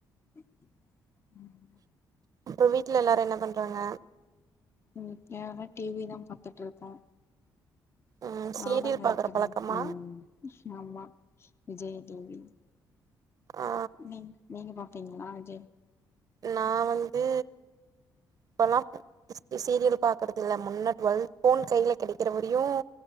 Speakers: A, on the left; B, on the right.
A: ம்
B: இப்ப வீட்ல எல்லாரு என்ன பண்றாங்க
A: ம் எல்லாமே டி வி தா பாத்துட்ருக்கோ
B: ம்
A: நாடக
B: சீரியல் பாக்குற
A: இருக்குது
B: பழக்கமா
A: ம் ஆமா விஜய் டி வி
B: ஆ
A: நீங் நீங்க பாப்பீங்ளா விஜய்
B: நா வந்து இப்பலா ப சீரியல் பாக்கறதில்ல முன்ன டுவெல்த் போன் கைல கெடைக்கிறவரியு